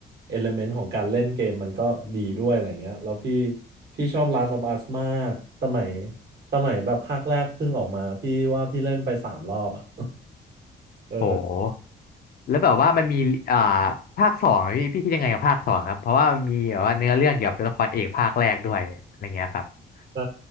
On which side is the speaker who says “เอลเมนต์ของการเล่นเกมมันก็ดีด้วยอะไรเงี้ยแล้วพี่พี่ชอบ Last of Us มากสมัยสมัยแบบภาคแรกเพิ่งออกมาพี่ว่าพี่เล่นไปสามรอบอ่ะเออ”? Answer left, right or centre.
Right